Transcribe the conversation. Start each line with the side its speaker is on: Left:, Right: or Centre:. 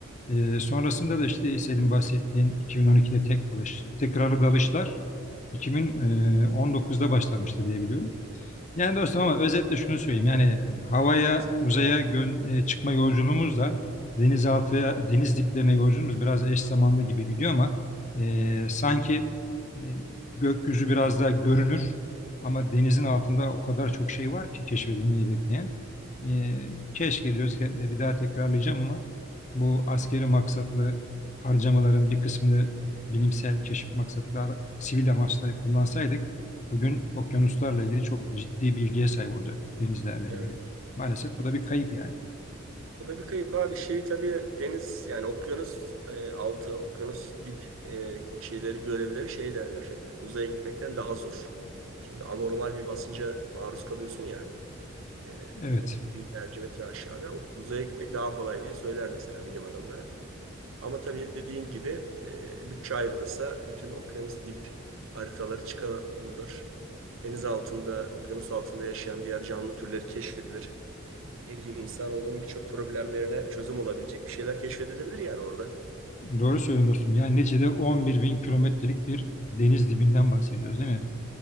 Left: E, sonrasında da işte senin bahsettiğin 2012'de tek dalış, tekrarlı dalışlar 2019'da başlamıştı diye biliyorum. Yani
Right: Hmm.
Left: dostum ama özetle şunu söyleyeyim. Yani havaya,
Right: Evet.
Left: uzaya gön- e, çıkma yolculuğumuzla denizaltıya, deniz diplerine yolculuğumuz biraz eş zamanlı gibi gidiyor ama e, sanki e, gökyüzü biraz daha görünür ama denizin altında o kadar çok şey var ki keşfedilmeyi bekleyen. E, keşke diyoruz ki e, bir daha tekrarlayacağım ama bu askeri maksatlı harcamaların
Right: Hı hı.
Left: bir kısmını bilimsel keşif maksatlar, sivil amaçla kullansaydık Bugün okyanuslarla ilgili çok ciddi bilgiye sahip olacaktık denizlerle
Right: Evet.
Left: ilgili. Maalesef
Right: Evet.
Left: bu da bir kayıp yani.
Right: Bu da bir kayıp abi. Şey tabii deniz yani okyanus e, altı, okyanus dip e, şeyleri görevleri şey derler hep. Uzaya gitmekten daha zor. Çünkü anormal bir basınca maruz kalıyorsun ya. E,
Left: Evet,
Right: binlerce metre aşağıda. O, uzaya gitmek daha kolay diye söyler mesela bilim adamları. Ama tabii dediğin gibi e, bütçe ayrılırsa bütün okyanus dip haritaları çıkarılır. Deniz altında, okyanus altında yaşayan diğer canlı türleri keşfedilir. Ne bileyim insanoğlunun birçok problemlerine çözüm olabilecek bir şeyler keşfedilebilir yani orada.
Left: doğru söylüyorsun dostum. Yani neticede 11 bin kilometrelik bir deniz dibinden bahsediyoruz değil mi?